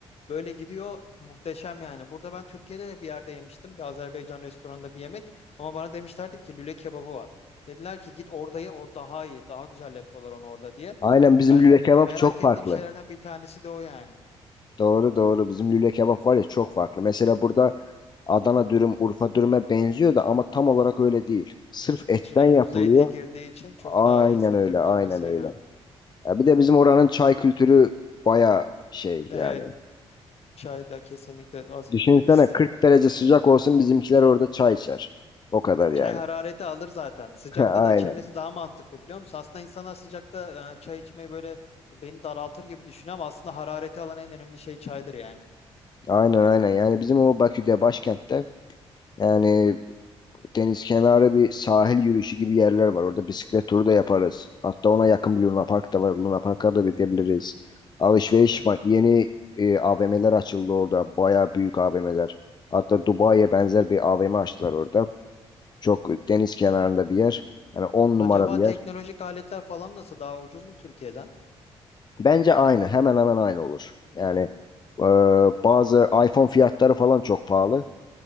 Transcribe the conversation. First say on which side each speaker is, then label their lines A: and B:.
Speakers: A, on the left; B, on the left.
A: böyle gidiyor. Muhteşem yani. Burada ben Türkiye'de bir yerde yemiştim. Bir Azerbaycan restoranında bir yemek. Ama bana demişlerdi ki lüle kebabı var. Dediler ki git orada o daha iyi. Daha güzel yapıyorlar onu orada diye.
B: Aynen bizim
A: Yani
B: lüle kebap
A: merak
B: çok
A: ettiğim
B: farklı.
A: şeylerden bir tanesi de o yani.
B: Doğru doğru. Bizim lüle kebap var ya çok farklı. Mesela burada Adana dürüm, Urfa dürüme benziyor da ama tam olarak öyle değil. Sırf etten
A: İçine
B: yapılıyor.
A: kuzu eti girdiği için çok
B: Aynen
A: daha iyi satır
B: öyle,
A: kıymasıyla.
B: aynen öyle. Ya bir de bizim oranın çay kültürü baya şey
A: Evet,
B: yani.
A: çay da kesinlikle az.
B: Düşünsene
A: Biz
B: 40 derece sıcak olsun bizimkiler orada çay içer. O kadar yani.
A: çay harareti alır zaten. Sıcakta
B: <laughs> Aynen.
A: da içilmesi daha mantıklı biliyor musun? Aslında insanlar sıcakta e, çay içmeyi böyle beni daraltır gibi düşünüyor ama aslında harareti alan en önemli şey çaydır yani.
B: Aynen aynen. Yani bizim o Bakü'de başkentte yani deniz kenarı bir sahil yürüyüşü gibi yerler var. Orada bisiklet turu da yaparız. Hatta ona yakın bir Luna Park da var. Luna Park'a da gidebiliriz. Alışveriş
A: Güzel.
B: ma- yeni e, AVM'ler açıldı orada. Baya büyük AVM'ler. Hatta Dubai'ye benzer bir AVM açtılar orada. Çok deniz kenarında bir yer. Yani on
A: Acaba
B: numara bir yer.
A: teknolojik aletler falan nasıl daha ucuz mu Türkiye'den?
B: Bence aynı. Hemen hemen aynı olur.
A: Hmm.
B: Yani e, bazı iPhone fiyatları falan çok pahalı.